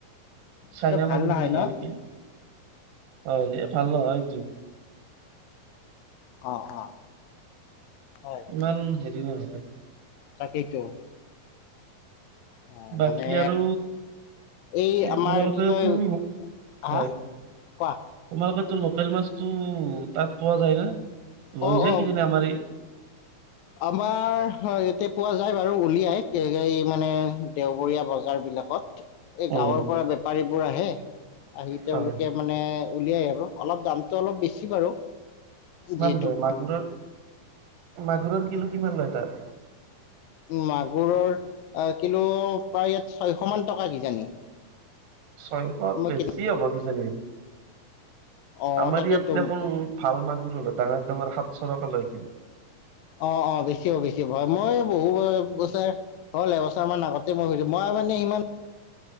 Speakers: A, on the left (about 80°); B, on the right (about 80°).
A: কিন্তু
B: চাইনা
A: ভাল
B: মাগুৰ
A: নহয়
B: বুলি
A: ন
B: কয় নেকি? হয়, এই ভাল নহয় এইটো।
A: অ', অ'। হয়
B: ইমান হেৰি নহয়।
A: তাকেইতো। অ
B: বাকী
A: মানে
B: আৰু
A: এই
B: কি
A: আমাৰ
B: তোমালোকেটো
A: কি কয় হা
B: হয়
A: কোৱা
B: তোমালোকেতো লোকেল মাছটো তাত পোৱা যায় না? লৈ
A: অ',
B: যায়
A: অ',
B: কিজানি আমাৰ এই
A: আমাৰ ইয়াতে পোৱা যায় বাৰু উলিয়াই। এই মানে দেওবৰীয়া বজাৰ বিলাকত। এই,
B: উম,
A: গাঁৱৰ পৰা বেপাৰীবোৰ আহে, আহি তেওঁলোকে,
B: হয়
A: মানে, উলিয়াই আৰু অলপ, দামটো অলপ বেছি বাৰু। যিহে
B: <unintelligible> মাগুৰৰ, মাগুৰৰ কিলো কিমান লয় তাত?
A: মাগুৰৰ কিলো, প্ৰায় ইয়াত ছয়শ মান টকা কিজানি!
B: ছয়শ,
A: মই
B: বেছি
A: কি
B: হ'ব দিছে নেকি?
A: অঁ
B: আমাৰ
A: তাকেতো
B: ইয়াত দেখোন, ভাল মাগুৰ হ'লে, ডাঙৰ- ডাঙৰ সাতশ টকা লয়, কিলো।
A: অ' অ'! বেচিব-বেচিব হয়, মই বহু বছৰ হ'ল এবছৰ মান আগতে, মই বুজিলোঁ। মই মানে, সিমান